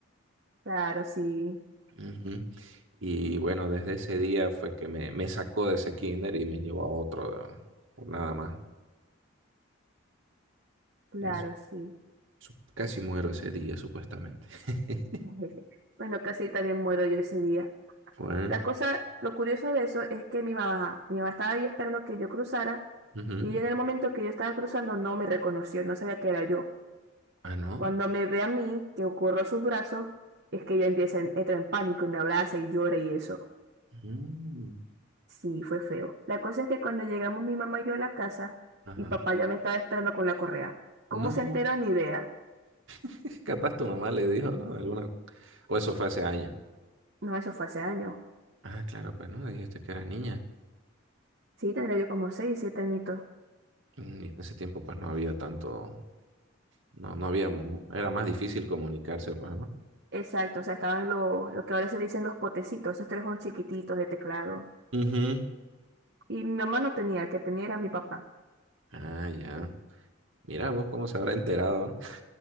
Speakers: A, on the right; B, on the right.
A: Claro, sí,
B: Ujú. Y bueno, desde ese día fue que me, me sacó de ese kinder y me llevó a otro, ¿no? por nada más.
A: claro,
B: Es-
A: sí.
B: su- casi muero ese día, supuestamente. <laughs>
A: <laughs> Bueno, casi también muero yo ese día.
B: Fue-
A: La cosa, lo curioso de eso es que mi mamá, mi mamá estaba ahí esperando que yo cruzara
B: ujú.
A: y ella en el momento que yo estaba cruzando no me reconoció, no sabía que era yo.
B: Ah, no.
A: Cuando me ve a mí, que ocurro sus brazos, es que ella empieza, a en- entra en pánico y me abraza y llora y eso.
B: Mm,
A: Sí, fue feo. La cosa es que cuando llegamos mi mamá y yo a la casa,
B: Ajá.
A: mi papá ya me estaba esperando con la correa. ¿Cómo
B: No,
A: se enteró? Ni idea.
B: <laughs> capaz tu mamá le dijo, ¿no? Alguna... O eso fue hace años.
A: No, eso fue hace años.
B: Ah, claro, pues no, dijiste que eras niña.
A: Sí, tendría yo como seis, siete añitos.
B: Mm, Y en ese tiempo, pues no había tanto, no, no había, mu- era más difícil comunicarse, pues, ¿no?
A: Exacto, o sea, estaban los, lo que ahora se dicen los potecitos, esos teléfonos chiquititos de teclado.
B: Ujú.
A: Y mi mamá no tenía, el que tenía era mi papá.
B: Ah, ya. Mira vos cómo se habrá enterado, ¿no?